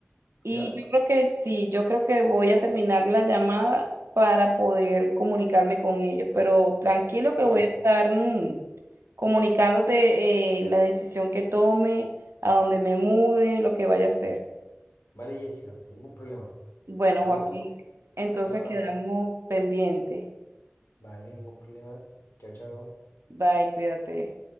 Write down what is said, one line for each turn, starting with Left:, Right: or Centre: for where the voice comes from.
Right: Y
Left: ¿ya?
Right: yo creo que sí, yo creo que voy a terminar la llamada para poder comunicarme con ellos, pero tranquilo que
Left: Vale,
Right: voy a estar mm, comunicándote eh, la decisión que tome, a dónde me mude, lo que vaya a hacer.
Left: vale, Jessica, ningún problema.
Right: Bueno,
Left: Hablamos
Right: Joaquín,
Left: otro día.
Right: entonces
Left: Estamos al
Right: quedamos
Left: habla.
Right: pendientes.
Left: Vale, ningún problema. Chao, chao.
Right: Bye, cuídate.